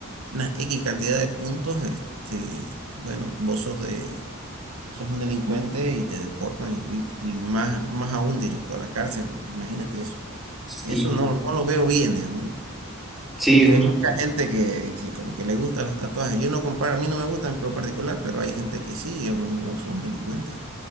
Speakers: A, on the right (about 80°); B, in the centre.
A: una X cantidad de puntos, este, bueno, vos sos de, sos un delincuente y te deportan, y, y más, más aún directo a la cárcel, imagínate eso.
B: Sí,
A: Eso no, no lo veo bien, digamos, ¿no?
B: sí,
A: Porque
B: justo.
A: hay mucha gente que, que como que le gustan los tatuajes. Yo no comparo, a mí no me gustan en lo particular, pero hay gente que sí, digamos, y no son delincuentes.